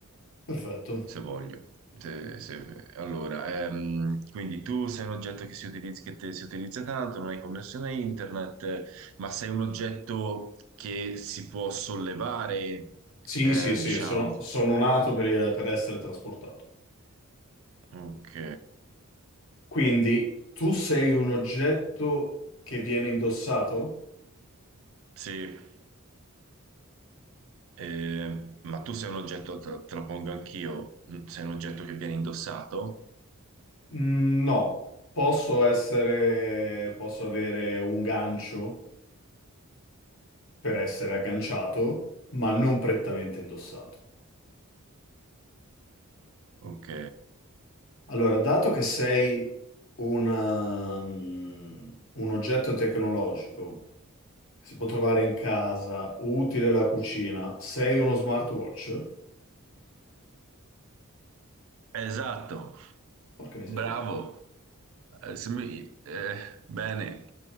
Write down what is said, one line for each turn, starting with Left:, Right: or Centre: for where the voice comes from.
Left: perfetto.
Right: se voglio. Se- se- Allora, ehm, quindi tu sei un oggetto che si utilizza, che te- si utilizza tanto, non hai connessione a internet, eh, ma sei un oggetto che si può sollevare,
Left: Sì,
Right: eh,
Left: sì, sì,
Right: diciamo.
Left: sono, sono nato per, per essere trasportato.
Right: Ok,
Left: Quindi tu sei un oggetto che viene indossato?
Right: sì. Eh, ma tu sei un oggetto, te, te lo pongo anch'io, sei un oggetto che viene indossato?
Left: Mm, No, posso essere, posso avere un gancio per essere agganciato, ma non prettamente indossato.
Right: Ok.
Left: Allora, dato che sei una, mm, un oggetto tecnologico che si può trovare in casa, utile alla cucina, sei uno smartwatch?
Right: Esatto.
Left: Porca miseria.
Right: Bravo. Eh, se mi- eh, bene.